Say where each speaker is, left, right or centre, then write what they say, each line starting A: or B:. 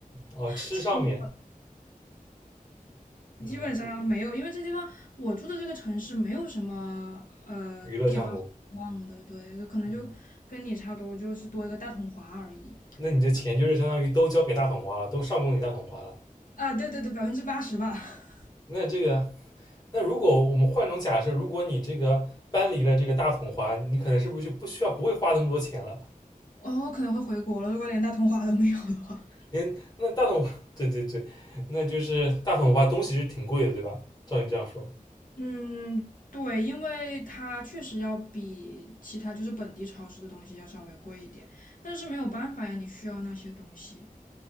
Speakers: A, on the left (about 30°); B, on the left (about 70°).
A: 哦吃上面，
B: <laughs>
A: 嗯，
B: 基本上没有，因为这地方我住的这个城市没有什么呃地方逛的，
A: 娱乐项目，
B: 对，可能就跟你差不多，
A: 嗯，
B: 就是多一个大统华而已。
A: 那你这钱就是相当于都交给大桶花了，都上供给大桶花了。
B: 啊，对对对，百分之八十吧。<laughs>
A: 那这个，那如果我们换种假设，如果你这个搬离了这个大桶花，你可能是不是就不需要不会花那么多钱了？
B: 哦，可能会回国了，如果连大统华都没有的话。
A: 连那大桶华，<laughs> 对对对，那就是大桶花东西是挺贵的，对吧？照你这样说，
B: 嗯，对，因为它确实要比其他就是本地超市的东西要稍微贵一点，但是没有办法呀，你需要那些东西，